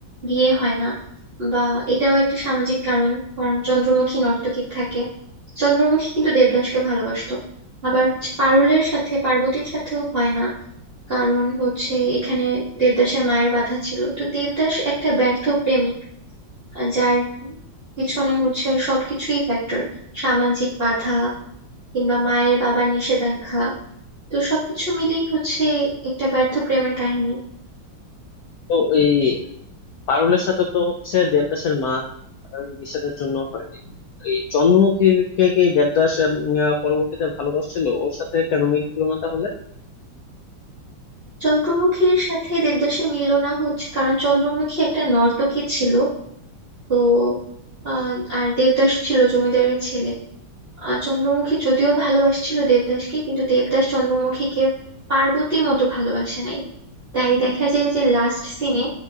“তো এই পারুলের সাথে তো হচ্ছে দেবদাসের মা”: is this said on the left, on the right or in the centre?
Left